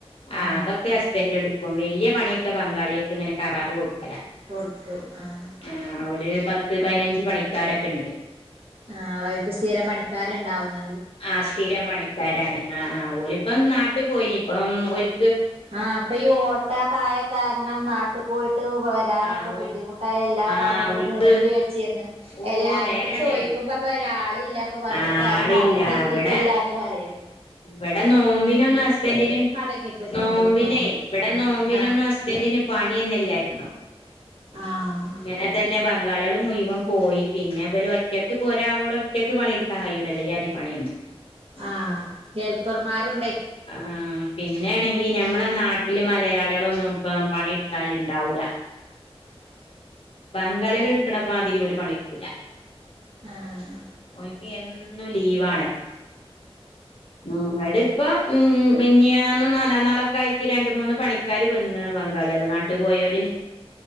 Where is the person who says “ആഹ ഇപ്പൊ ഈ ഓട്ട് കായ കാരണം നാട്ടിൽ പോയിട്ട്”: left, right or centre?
Right